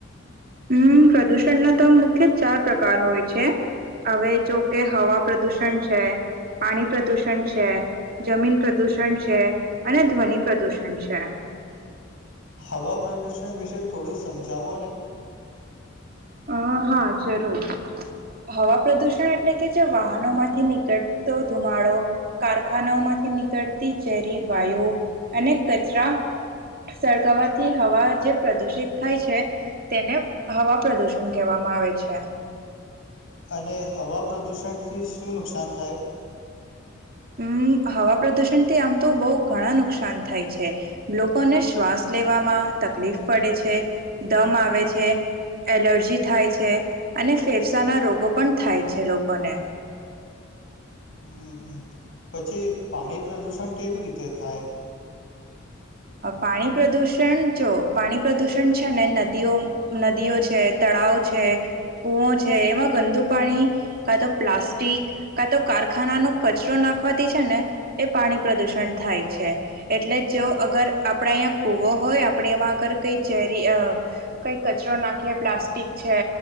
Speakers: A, on the right (about 50°); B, on the left (about 75°).
A: હમ્મ પ્રદૂષણનો તો મુખ્ય ચાર પ્રકાર હોય છે હવે જોકે હવા પ્રદુષણ છે, પાણી પ્રદુષણ છે, જમીન પ્રદૂષણ છે અને ધ્વનિ પ્રદુષણ છે.
B: હવા પ્રદુષણ વિશે થોડું સમજાવો ને.
A: અ હા જરૂર હવા પ્રદુષણ એટલે કે જે વાહનો માંથી નીકળતો ધુમાડો કારખાનાઓ માંથી નીકળતી ઝેરી વાયુ અને કચરા સળગાવવાથી હવા જે પ્રદુષિત થાય છે તેને હવા પ્રદુષણન કહેવામાં આવે છે.
B: અને હવા પ્રદૂષણથી શું નુકસાન થાય.
A: હમ હવા પ્રદુષણથી આમ તો બહુ ઘણા નુકસાન થાય છે લોકોને શ્વાસ લેવામાં તકલીફ પડે છે દમ આવે છે એલર્જી થાય છે અને ફેફસાના રોગો પણ થાય છે લોકોને.
B: હમ્મ હમ્મ પછી પાણી પ્રદુષણ કેવી રીતે થાય?
A: પાણી પ્રદુષણ જો પાણી પ્રદુષણ છે ને નદીઓ નદીઓ છે તળાવ છે કૂવો છે એમાં ગંદુ પાણી કા તો પ્લાસ્ટિક કા તો કારખાનાનો કચરો નાખવાથી છે ને એ પાણી પ્રદુષણ થાય છે એટલે જો. અગર આપડે અહીં કુવો હોય આપડે એમાં અગર કઈ ઝેરી કંઈક કચરો નાખીએ પ્લાસ્ટિક છે